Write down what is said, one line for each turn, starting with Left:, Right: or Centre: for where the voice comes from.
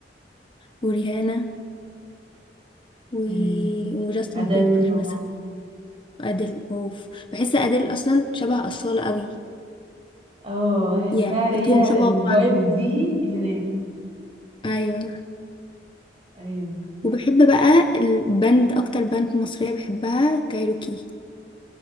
Left: وريهانا و...
Right: أمم،
Left: وجاستن
Right: ادل
Left: بيبر
Right: طبعا
Left: مثلا وادل اوف بحس ادل اصلا شبه اصالة قوي
Right: اه بحسها
Left: يعني
Right: هي
Left: صوتهم شبه
Right: الفايب
Left: بعض
Right: دي هناك
Left: ايوه
Right: ايوه
Left: وبحب بقى البند اكتر بند مصرية بحبها كايروكي